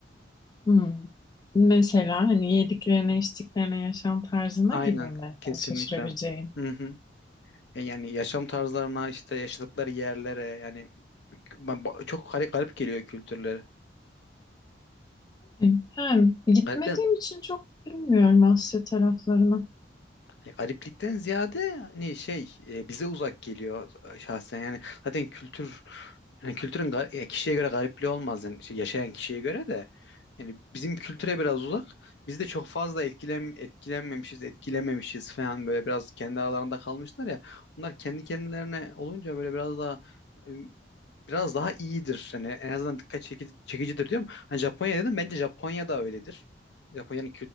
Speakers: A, on the left (about 20°); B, on the left (about 65°).
A: Hmm. Mesela hani yediklerine, içtiklerine, yaşam tarzına
B: Aynen
A: gibi mi?
B: kesinlikle.
A: Yani şaşırabileceğin.
B: Hı hı. E, Yani yaşam tarzlarına işte yaşadıkları yerlere yani ben, ba- çok garip, garip geliyor kültürleri.
A: E, Yani gitmediğim
B: Garip
A: için çok bilmiyorum Asya taraflarını.
B: Hani gariplikten ziyade hani şey e, bize uzak geliyor e, şahsen yani zaten kültür yani kültürün ga- ya kişiye göre garipliği olmaz yani şey, yaşayan kişiye göre de yani bizim kültüre biraz uzak biz de çok fazla etkilen etkilenmemişiz etkilenmemişiz falan böyle biraz kendi aralarında kalmışlar ya bunlar kendi kendilerine olunca böyle biraz daha e, biraz daha iyidir yani en azından dikkat çekici, çekicidir diyorum. Hani Japonya dedim bence Japonya da öyledir. Japonya'nın